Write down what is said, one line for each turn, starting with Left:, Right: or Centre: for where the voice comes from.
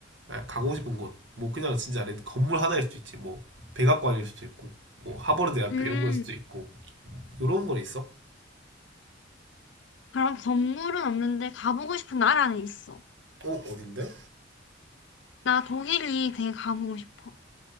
Right: 아, 가고 싶은 곳. 뭐, 그냥 진짜 렌- 건물 하나일 수도 있지. 뭐, 백악관일 수도 있고, 뭐, 하버드 대학교
Left: 음.
Right: 이런 거일 수도 있고. 요런 건 있어?
Left: 그럼 건물은 없는데 가보고 싶은 나라는 있어.
Right: 어, 어딘데?
Left: 나 독일이 되게 가보고 싶어.